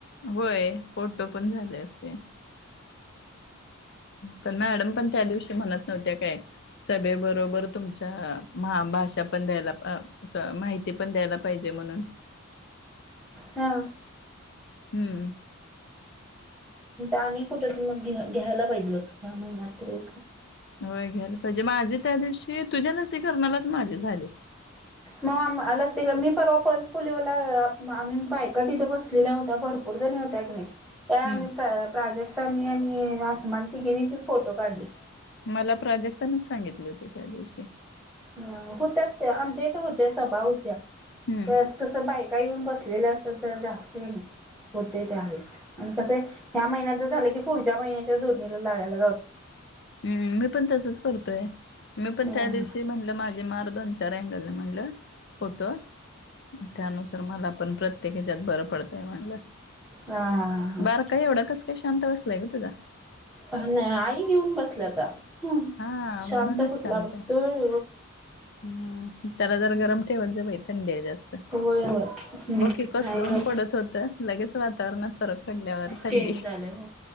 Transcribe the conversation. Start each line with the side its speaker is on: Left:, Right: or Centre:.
Left: होय फोटो पण झाले असते. पण मॅडम पण त्या दिवशी म्हणत नव्हत्या काय सगळे बरोबर तुमच्याहा भाषा पण द्यायला माहिती पण द्यायला पाहिजे म्हणून.
Centre: हा.
Left: हम्म.
Centre: आणि कुठे त मग घ्यायला पाहिजे ह्या महिन्यात तरी
Left: होय घ्याला पाहिजे माझी त्या दिवशी तुझ्या लसीकरणालाच माझे झाले.
Centre: म मलाच तीला मी परवा पल्स फलीवला आम्ही बायक इथं बसलेल्या होत्या भरपूर होत्या हाय की नाही. त्यावे आम्ही
Left: हम्म
Centre: प्राजक्तनी, मी आणि आसमा तिघेनी फोटो काढले.
Left: मला प्रोजेक्टनेच सांगितली होती त्या दिवशी.
Centre: ह होत्या त्या आमच्या इथे होत्या सभा होत्या
Left: हम्म
Centre: कस कस बाय का येऊन बसलेले असतात जर जास्ती होते त्यावेळेस आणि कस ह्या महिन्यात झालं की पुढच्या महिन्याच्या जोडणीला लागायला
Left: हम्म मी पण तसच करतोय मी पण
Centre: अ
Left: त्या दिवशी म्हणलं माझी मार दोन, चार आहे त्यालि म्हणलं. फोटो त्यानुसार मला पण प्रत्येक ह्याच्यात बरं पडतंय म्हणलं.
Centre: हा
Left: बारका एवढा कस काय शांत बसलाय ग तुझा?
Centre: नाही आई घेऊन बसल आता. हम
Left: हा
Centre: शांत
Left: म्हणूनच
Centre: कुठला
Left: शांत
Centre: बसतोय
Left: आहे. हम्म त्याला जर गरम ठेवत जा बाई थंडी आहे जास्त.
Centre: होय होय नाही
Left: बकी कसलं
Centre: ग
Left: उन्ह पडत होतं लगेच. वातावरणात फरक पडल्यावर थंडी.
Centre: चेंज झालं म